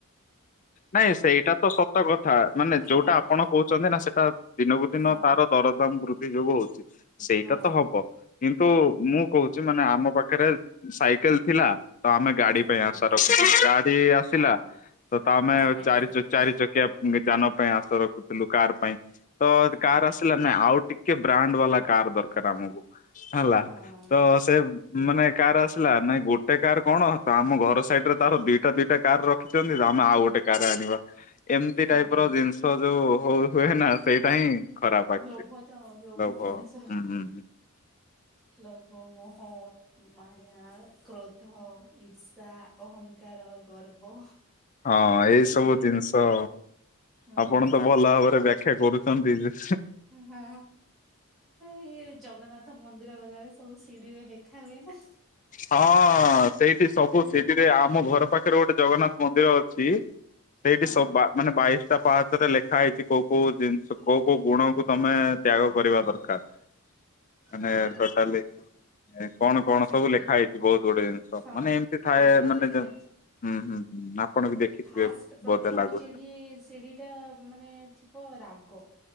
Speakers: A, on the left; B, in the centre.
A: ନାଇଁ ସେଇଟା ତ ସତ କଥା ମାନେ
B: ହଁ
A: ଯୋଉଟା ଆପଣ କହୁ ଛନ୍ତି ନା ସେଟା ଦିନକୁ ଦିନ
B: ହଁ
A: ତାର ଦରଦାମ ବୃଦ୍ଧି ଯୋଗୁ ହଉଛି ସେଇଟା
B: ହଁ
A: ତ ହବ। କିନ୍ତୁ ମୁଁ କହୁଛି ମାନେ ଆମ ପାଖରେ ସାଇକେଲ ଥିଲା ତ ଆମେ ଗାଡି
B: ହୁଁ।
A: ପାଇଁ ଆସା ରଖୁଥିଲୁ ଗାଡି ଆସିଲା
B: ହଁ
A: ତ ଆମେ
B: କାର ପାଇଁ
A: ଚାରି
B: ଆଶା ରଖିବା
A: ଚକ ଚାରି ଚକ ଯାନ ପାଇଁ ଆଶା ରଖୁଥିଲୁ କାର ପାଇଁ ତ
B: ହଁ
A: କାର ଆସିଲା ନାାଇଁ ଆଉ ଟିକେ କେ ବ୍ରାଣ୍ଡ ବାଲା କାର ଦରକାର ଆମକୁ ହେଲା
B: ହଁ
A: ତ ସେ ମାନେ କାର ଆସିଲା ନାଇଁ ଗୋଟେ କାର କଣ ତ ଆମ ଘର ସାଇଡ ରେ ତାର ଦିଟା ଦିଟା କାର ରଖିଛନ୍ତି ଆଉ ଗୋଟେ କର ଆଣିବା ଏମିତି
B: ହଁ।
A: ଟାଇପ ର ଜିନିଷ ଯୋଉ ହଉ ହୁଏ ନା ସେଇଟା ହିଁ ଖରାପ
B: ଲୋଭ
A: ଆକ୍ଚୁଆଲି
B: ତ
A: ଲୋଭ
B: ମଣିଷ
A: ହୁଁ ହୁଁ।
B: ଲୋଭ ହୁଏ ହଁ। ମାୟା କ୍ରୋଧ ଈର୍ଷା ଅହଙ୍କାର ଗର୍ବ।
A: ହଁ ଏଇ ସବୁ
B: ଏ ଯୋଉ
A: ଜିନିଷ
B: ହଁ
A: ଆପଣ ତ ଭଲ ଭାବରେ ବ୍ୟାଖ୍ୟା କରୁଛନ୍ତି ଯେ।
B: <inaudible> ଆ ଇଏ ଜଗନ୍ନାଥ ମନ୍ଦିର ଗଲାରେ ସବୁ ଶିଡିିରେ ଲେଖା ହୁଏ ନା।
A: ହଁ ସେଇଠି ସବୁ
B: ହୁଁ
A: ସେଥିରେ ଆମ ଘର ପାଖରେ ଗୋଟେ ଜଗନ୍ନାଥ ମନ୍ଦିର ଅଛି ସେଇଠି
B: ହଁ
A: ସବା ମାନେ ବାଇଶ ଟା ପାହାଚ ରେ ଲେଖା ହେଇଛି କୋଉ କୋଉ ଜିନିଷ କୋଉ କୋଉ ଗୁଣକୁ ତମେ ତ୍ୟାଗ କରିବା ଦରକାର। ମାନେ
B: ହଁ
A: ଟୋଟାଲି କଣ କଣ
B: ସେଇଟା
A: ସବୁ ଲେ ଖାଇଥିବ ଗୁଡେ ଜିନିଷ।
B: ହଁ
A: ମାନେ ଏମିତି ଥାଏ
B: ସେଇଠି ବା
A: ମାନେ,
B: ଲେଖା ହେଇଛି
A: ହୁଁ ହୁଁ। ଆପଣ ବି ଦେଖିଥିବେ
B: ଫାଷ୍ଟ ପ୍ରଥମ
A: ବୋଧେ ଲାଗୁଛି
B: ଚିଢି- ସିଡ଼ି ଟା ମାନେ ଥିବା ରାଗ।